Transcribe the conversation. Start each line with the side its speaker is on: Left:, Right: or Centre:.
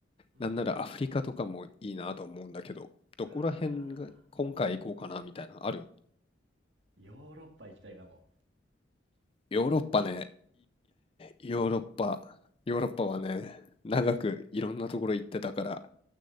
Right: うわ、
Left: なんならアフリカとかもいいなと思うんだけど、どこら辺が今回行こうかなみたいな、
Right: あ
Left: ある
Right: ー、ヨーロッパ行きたいかも。
Left: ヨーロッパね、ヨーロッパ、ヨーロッパはね、
Right: まい
Left: 長くいろんなところ行ってたから、